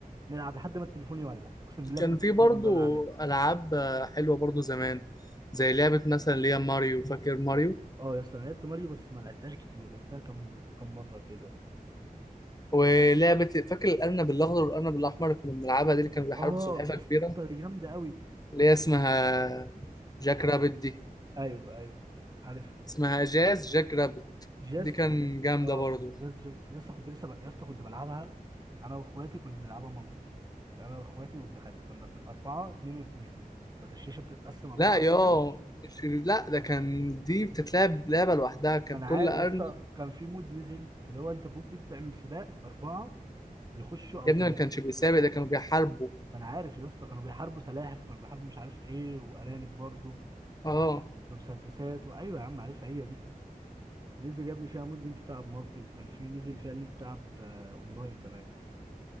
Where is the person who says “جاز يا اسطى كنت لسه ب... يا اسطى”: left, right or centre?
Right